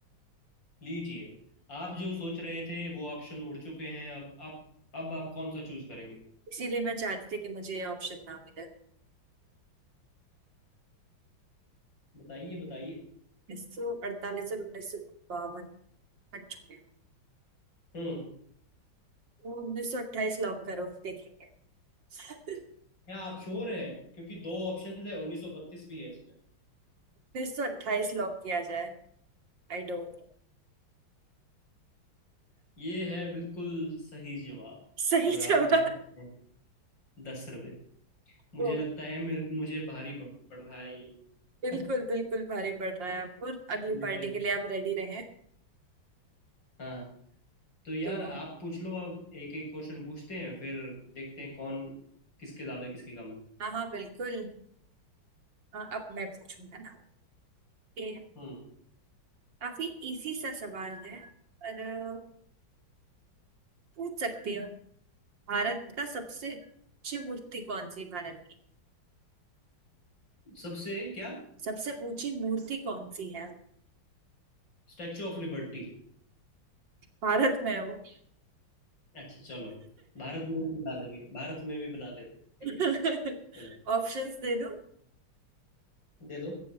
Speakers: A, on the left; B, on the right.
A: लीजिए आप जो सोच रहे थे वो ऑप्शन उड़ चुके हैं अब आप अब आप कौन सा चूज करेंगे <laughs>
B: इसीलिए मैं चाहती थी कि मुझे ये ऑप्शन ना मिले
A: बताइए बताइए
B: एक सौ अड़तालीस और उन्नीस सौ बावन छोड़े
A: हम्म
B: उन्नीस सौ अट्ठाईस लॉक करो देखेंगे <laughs>
A: क्या आप श्योर है क्योंकि दो ऑप्शन है 1932 भी है इसमें
B: उन्नीस सौ अट्ठाईस लॉक किया जाए I don't
A: ये है बिल्कुल सही जवाब
B: सही
A: और आप
B: जवाब
A: जीते हैं दस रुपए मुझे
B: ओ,
A: लगता है मेरे मुझे भारी पड़ पड़ रहा है ये
B: बिल्कुल
A: <laughs>
B: बिल्कुल भारी पड़ रहा है आपको अगली
A: लाइफ
B: पार्टी के लिए आप रेडी रहे
A: हाँ तो यार
B: तो
A: आप पूछ लो अब एक एक क्वेश्चन पूछते हैं फिर देखते हैं कौन किसके ज्यादा किसके कम
B: हाँ हाँ बिल्कुल हाँ, अब मैं पूछूंगा ना ये
A: हम्म
B: काफी इजी सा सवाल है पर अ, पूछ सकती हो भारत का सबसे ऊंची मूर्ति कौन सी है भारत की
A: सबसे क्या
B: सबसे ऊंची मूर्ति कौन सी है
A: Statue of liberty
B: भारत में है वो
A: अच्छा चलो भारत में भी बना देंगे भारत में भी बना दे- देंगे
B: <laughs>
A: चलो
B: ऑप्शंस दे दो
A: दे दो